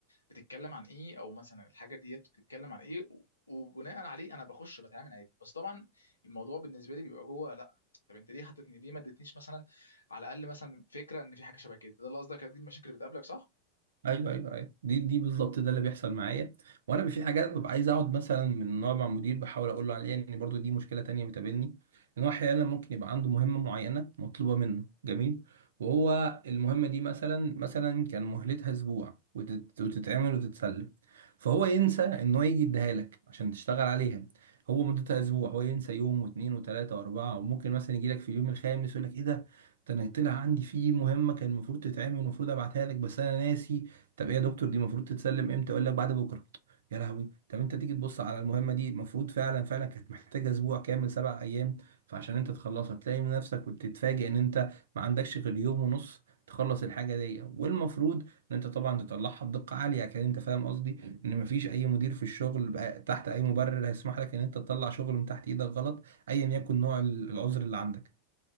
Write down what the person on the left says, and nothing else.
بتتكلم عن ايه او مثلا الحاجه دي بتتكلم عن ايه و- وبناء عليه انا بخش بتعامل عادي بس طبعا الموضوع بالنسبه لي بيبقى جوه لا طب انت ليه حطيتني ليه ما ادتنيش مثلا على الاقل مثلا فكره ان في حاجه شبه كده ده اللي قصدك دي المشاكل اللي بتقابلك صح